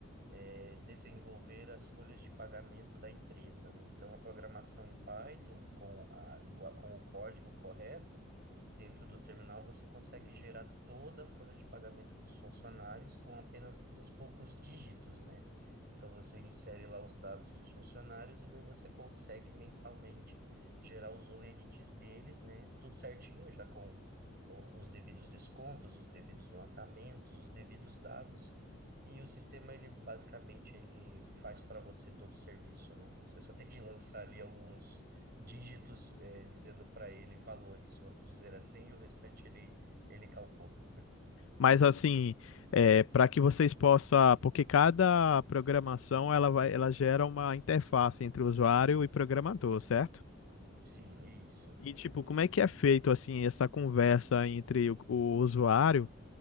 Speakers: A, on the right; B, on the left.
A: é, desenvolver as folhas de pagamento da empresa, né? Então, a programação em Python com a língua, com o código correto, dentro do terminal você consegue gerar toda a folha de pagamento dos funcionários com apenas alguns poucos dígitos, né? Então, você insere lá os dados dos funcionários e daí você consegue mensalmente gerar os olerites deles, né? Tudo certinho, já com o- os devidos descontos, os devidos lançamentos, os devidos dados e o sistema, ele basicamente ele faz para você todo o serviço, né? Você só tem que lançar ali alguns dígitos, eh, dizendo para ele valores, vamos dizer assim, e o restante ele, ele calcula.
B: Mas assim, é, para que vocês possam, porque cada programação ela vai, ela gera uma interface entre o usuário e programador, certo?
A: Sim, isso.
B: E, tipo, como é que é feito, assim, essa conversa entre o, o usuário?